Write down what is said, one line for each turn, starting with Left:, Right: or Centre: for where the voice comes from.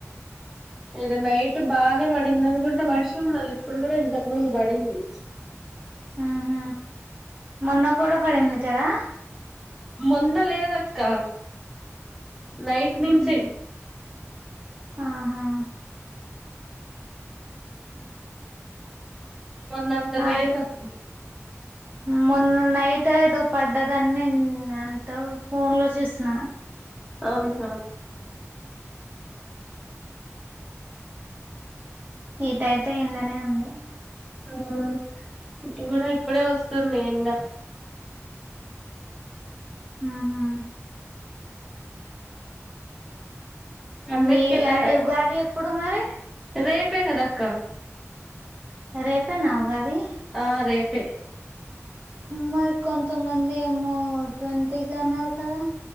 Centre: ఇద నైట్ బానే పడింది అనుకుంటే వర్షం మళ్ళీ ఇప్పుడు కూడా ఇంతకు ముందు పడింది
Right: ఉహ మొన్న కూడా పడింది కదా
Centre: మొన్న లేదక్క నైట్
Right: ఉహు
Centre: నుంచె
Right: ఆహా
Centre: అ మొన్న అంత
Right: ఆ
Centre: లేదు అసలు
Right: మొన్న నైట్ ఏదో పడ్డదని నిన్ ఆన్ ఫోన్ లో చూసిన
Centre: అవును
Right: ఈటయితే ఏండనే ఉంది
Centre: మ్మ్ ఇటు గూడా ఇప్పుడే వస్తుంది ఎండ
Right: ఊ ఊ
Centre: పండక్కెళ్ళారా
Right: మీ ఉగాది ఎప్పుడు మరి
Centre: రేపే కద అక్క
Right: రేపే నా ఉగాది
Centre: ఆ రేపే
Right: మరి కొంతమంది ఏమో ట్వంటీగా అన్నారు కదా